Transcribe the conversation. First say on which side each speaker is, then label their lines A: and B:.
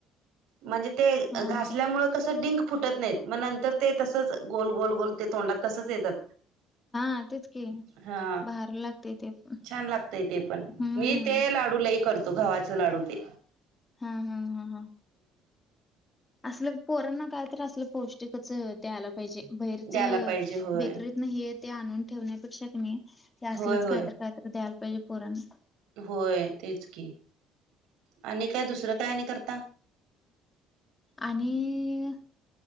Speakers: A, on the right; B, on the left.
A: म्हजी ते
B: हा हा
A: घासल्यामूळं कसं डिंक फुटत नाहीत मग नंतर ते तसच गोल, गोल, गोल ते तोंडात तसंच येतात.
B: हा तेच की
A: हा,
B: भारी लागतय ते पण
A: छान लागतय ते पण,
B: हम्म
A: मी ते लाडू लई करतो, घवाचे लाडू ते.
B: हा हा हा हा. असल पोरांना काय तर असलं पौष्टिकच द्यायला पाहिजे, बैरच
A: द्यायला पाहिजे होय
B: बेकरीत नाही हे ते आणून ठेवण्यापेक्षा क नाही, हे असलंच
A: होय होय
B: काहीतर काहीतर द्यायला पाहिजे पोरांसना.
A: होय तेच की, आणि काय दुसरं काय आणि करता?
B: आणि,